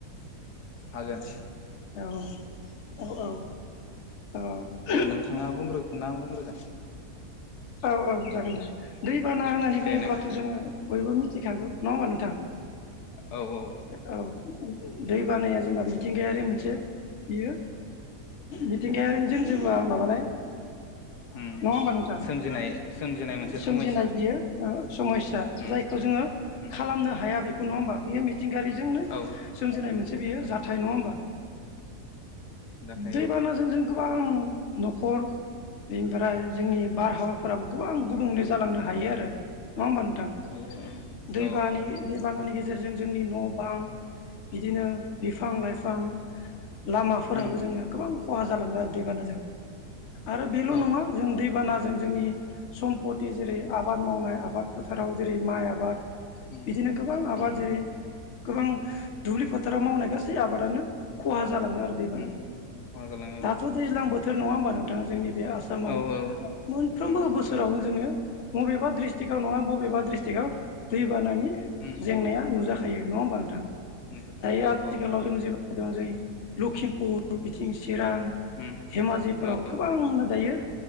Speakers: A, on the left (about 50°); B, on the left (about 80°).
A: औ
B: हागोन
A: औ औ औ
B: नोंथाङा बुंग्रोगोन ना आं बुंग्रोगोन।
A: औ औ जागोन दे दैबाना होननानै
B: दे
A: बुङोब्लाथ'
B: नों
A: जोङो बयबो मिथिखागौ नङा ओमबा नोंथां?
B: औ औ
A: औ दै बानाया जेनेबा मिथिंगायारि मोनसे बियो। मिथिंगायारि जों जोङो माबानाय नङा
B: उम
A: ओमबा नोंथां?
B: सोमजिनाय सोमजिनाय मोनसे
A: सोमजिनाय
B: समायसा
A: बियो समयया
B: उम
A: जायखौ जोङो
B: उम
A: खालामनो हाया बेख नङा होमबा बियो मिथिंगायारिजोंनो
B: औ
A: सोमजिनाय मोनसे बेयो सोमजिनाय जाथाय नङा ओमबा?
B: जाथाय
A: दैबानाजों
B: औ
A: जों गोबां न'खर बेनिफ्राय जोंनि आबहावाफोराबो गोबां गुबुंले जालांनो हायो आरो नङा होमबा नोंथां
B: हायो ओं
A: दैानि
B: औ औ उम
A: दैबानानि गेजेरजों जोंनि न' ओं बिदिनो बिफां लाइफां लामाफोराबो
B: उम
A: जोंनिया गोबां खहा जालाङो आरो दैबानाजों आरो बेल'
B: औ
A: नङा जों दैबाना जों जोंनि सम्पति जेरै आबाद मावनाय आबाद फोथाराव जेरै माइ आबाद
B: उम
A: बिदिनो गोबां आबाद
B: उम
A: जेरै गोबां दुब्लि फोथाराव मावनाय गासै आबादानो खहा जालाङो आरो दैबानाजों
B: उम खहा जालाङो
A: दाथ' दैज्लां बोथोर नङा होमबा नोंथां जोंनिब बे आसामाव
B: औ औ
A: मोनफ्रोमबो
B: उम
A: बोसोरावनो जोङो बबेबा डिस्ट्रिक्आव नङा बबेबा डिस्ट्रिक्आव दैबानानि
B: उम
A: जेंनाया नुजाखायो। थायो नङा होमबा नोंथां
B: नुजाथायो
A: दायो
B: औ
A: आथिखालाव
B: औ
A: जों जेबो दं जों लखिमपुर बिथिं सि चिरां
B: उम
A: धेमाजिफोराव
B: औ
A: गोबांनो दायो।